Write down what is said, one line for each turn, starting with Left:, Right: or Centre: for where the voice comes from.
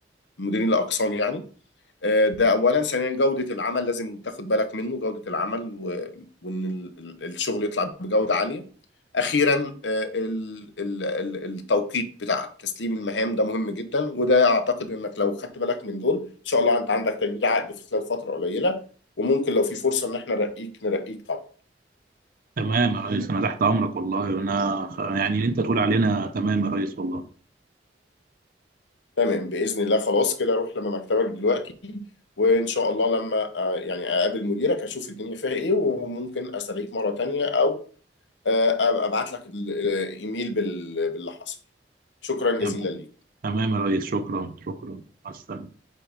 Left: المديرين الاقسام يعني آه، ده اولا ثانيا جوده العمل لازم تاخد بالك منه جوده العمل و- وان ال- ال- الشغل يطلع بجوده عاليه اخيرا آه، ال- ال- ال- التوقيت بتاع تسليم المهام ده مهم جدا وده اعتقد انك لو خدت بالك من دول ان شاء الله انت عندك تجديد عقد في خلال فتره قليله وممكن لو في فرصه ان احنا نرقيك نرقيك طبعا
Right: تمام يا ريس انا تحت امرك والله وانا خ- يعني اللي انت تقول علينا تمام يا ريس والله
Left: تمام بإذن الله خلاص كده روح لما مكتبك دلوقتي وإن شاء الله لما آه، يعني أقابل مديرك أشوف الدنيا فيها إيه وممكن أسأليك مرة تانية أو آه، أبعت لك الإيميل بال- باللي حصل شكرا جزيلا
Right: تمام
Left: ليك
Right: تمام يا ريس شكرا شكرا مع السلامة